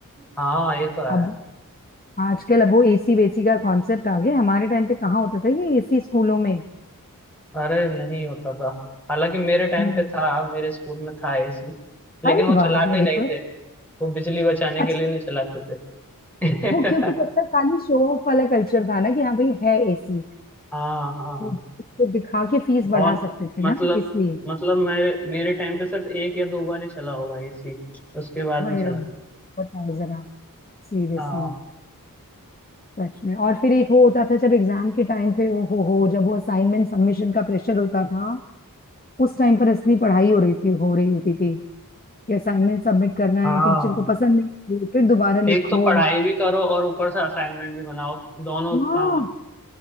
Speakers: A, in the centre; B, on the left.
A: हाँ ये तो है
B: अब आजकल अब वो एसी वेसी का कॉन्सेप्ट आ गया हमारे टाइम पे कहाँ होता था ये एसी स्कूलों में
A: अरे नहीं होता था हालांकि मेरे टाइम
B: हम्म
A: पे था मेरे स्कूल में था एसी लेकिन
B: अरे
A: वो
B: वाह
A: चलाते
B: वेरी
A: नहीं
B: गुड
A: थे वो बिजली बचाने
B: अच्छा
A: के लिए नहीं चलाते थे
B: वो क्योंकि तब तक
A: <laughs>
B: खाली शो ऑफ वाला कल्चर था ना कि हाँ भाई है एसी
A: हाँ हाँ
B: वो उसको दिखा के फीस
A: बहुत
B: बढ़ा सकते थे
A: मतलब
B: ना इसलिए
A: मतलब मेरे मेरे टाइम पे सिर्फ एक या दो बार ही चला होगा एसी उसके बाद
B: भाई
A: नहीं चला
B: रब
A: कर
B: बताओ जरा सीरियसली
A: हाँ
B: सच में और फिर एक वो होता था जब एग्जाम के टाइम पे वो हो, हो जब वो असाइनमेंट सबमिशन का प्रेशर होता था उस टाइम पर असली पढ़ाई हो रही थी हो रही होती थी कि असाइनमेंट सबमिट करना
A: हाँ
B: है टीचर को पसंद नहीं आ रही, फिर दोबारा लिखो
A: एक तो पढ़ाई भी करो और ऊपर से असाइनमेंट भी बनाओ दोनों
B: हाँ
A: काम